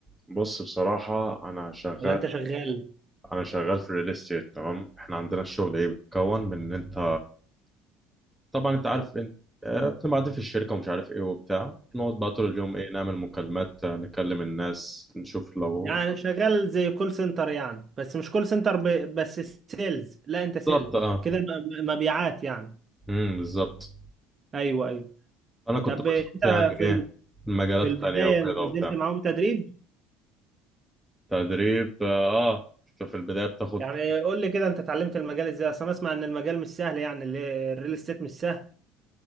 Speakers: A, in the centre; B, on the right.
A: بص بصراحة انا شغال
B: ولا انت شغال
A: انا شغال في الريل استيت تمام احنا عندنا الشغل ايه بيتكون من ان انت طبعا انت عارف انت آه، بتبقى قاعدين في الشركة ومش عارف ايه وبتاع نقعد بقى طول اليوم ايه نعمل مكالمات آه، نكلم الناس نشوف لو
B: يعني شغال زي كول سنتر يعني بس مش كول سنتر ب... بس سيلز لا انت سيلز
A: بالظبط اه
B: كده م- مبيعات يعني
A: امم بالظبط
B: ايوه ايوه
A: انا كنت
B: طب انت
A: بشوف يعني
B: في
A: ايه
B: ال...
A: المجالات
B: في البداية
A: التانية وكده
B: نزلت
A: وبتاع
B: معاهم تدريب
A: تدريب اه آه، في البداية بتاخد
B: يعني قول لي كده انت اتعلمت المجال ازاي اصل انا اسمع ان المجال مش سهل يعني اللي- الريل استيت مش سهل